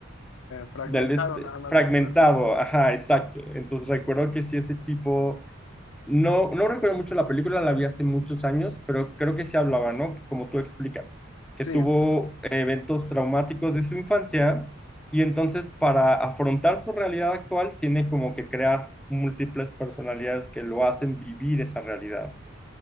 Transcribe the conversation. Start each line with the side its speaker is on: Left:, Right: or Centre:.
Left: fragmentado
Centre: del este,
Left: nada más
Centre: fragmentado,
Left: me acuerdo.
Centre: ajá, exacto. Entonces recuerdo que sí, ese tipo no, no recuerdo mucho la película, la vi hace muchos años, pero creo que sí hablaba, ¿no? Que como tú explicas, que
Left: Sí.
Centre: tuvo eventos traumáticos de su infancia y entonces para afrontar su realidad actual tiene como que crear múltiples personalidades que lo hacen vivir esa realidad.